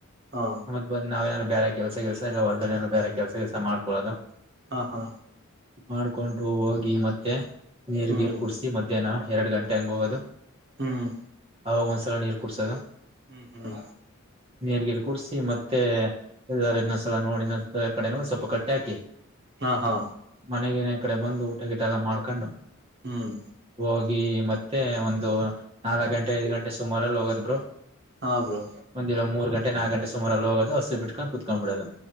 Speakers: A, on the right; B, on the right.
A: ಹಾ
B: ಮ ಬಂದ ನಾವೇನಾರರು ಬೇರೆ ಕೆಲಸ ಕೆಲಸ ಇಲ್ಲ ಹೊಲ್ದ ಏನಾರ ಬೇರೆ ಕೆಲಸ ಕೆಲ್ಸ ಮಾಡ್ಕೊಳ್ಳೋದು.
A: ಹಾ ಹಾ
B: ಮಾಡ್ಕೊಂಡು ಹೋಗಿ ಮತ್ತೆ ನೀರ್
A: ಹ್ಮ್
B: ಗೀರ್ ಕ ಕುಡಸಿ ಮಧ್ಯಾಹ್ನ ಎರಡ್ ಗಂಟೆ ಹಂಗ ಹೋಗೋದು.
A: ಹ್ಮ್
B: ಅವಾಗ ಒಂದ್ಸಲ ನೀರ್ ಕೊಡ್ಸಿ ಸಾಗ
A: ಹ್ಮ್ ಹ್ಮ್
B: ನೀರ್ಗಿರು ಕುೂಡ್ಸಿ ಮತ್ತೆ ಇನ್ನೊಂದ್ಸಲ ನೋಡಿ ಇನ್ನೊಂದ್ಸ ಕಡೆ ನೋಡಿ ಸ್ವಲ್ಪ ಕಟ್ಟೆ ಹಾಕಿ
A: ಹಾ ಹಾ
B: ಮನೆಗಿನ ಕಡೆ ಬಂದು ಊಟಗಿಟ ಎಲ್ಲ ಮಾಡ್ಕೊಂಡು
A: ಹ್ಮ್
B: ಹೋಗಿ ಮತ್ತೆ ಒಂದು ನಾಲ್ಕಕ್ ಗಂಟೆ ಐದ್ ಗಂಟೆ ಸುಮಾರಲ್ಲಿ ಹೋಗದ್ರು
A: ಹಾ ಬ್ರರು
B: ಒಂದಿ ಮೂ ಗಂಟೆ ನಾಕು ಗಂಟ ಸುಮರಲ್ಲಿ ಹೋಗೋ ಹಸು ಬಿಟ್ಕೊಂಡು ಕುತ್ಕೊಂಡ್ಬಿಡದು